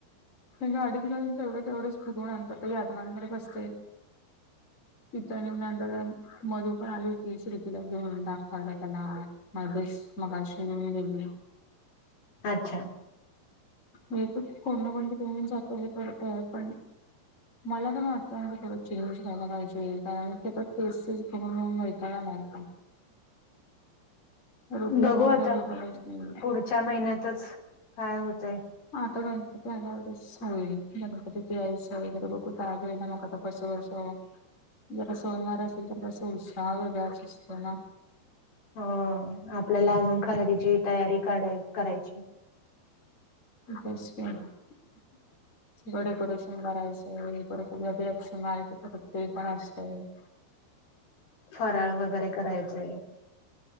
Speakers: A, on the left; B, on the left.
A: मी गाडीत घालून तेवढ तेवढंच फिरवून आणता ते काही आजोबांकडे बसते. तिथ नी नंतर मधु पण आली होतीस श्रीतीला घेऊन दाखवायला त्याला मादश मगाशी नेऊन दिली आहे. <unintelligible>
B: अच्छा.
A: येतात कोण ना कोण तरी घेऊन जातात हे करतय पण मला पण वाटतं ना थोडं चेंज व्हायला पाहिजे कारण सतत तेच तेच बघून बघून वैताग काय झालं आता. रुटीन
B: बघू
A: मध्ये
B: आता
A: काय बदलच नाहीये.
B: पुढच्या महिन्यातच काय होतय
A: आता गणपती आल्यावरच होईल गणपतीत यायचं वगैरे बघू त्यावेळेला मग आता कस कसं जरा सणवार असेल तर कसं उत्साह वेगळाच असतो ना.
B: हो आपल्याला अजून खरेदीची तयारी काढ करा करायची.
A: म तेच की. <unintelligible>
B: <inaudible>
A: सगळं डेकोरेशन करायचंय ये परत अभिरक्षनाय <unintelligible> परत ते पण असतंय.
B: फराळ वगैरे करायचंय.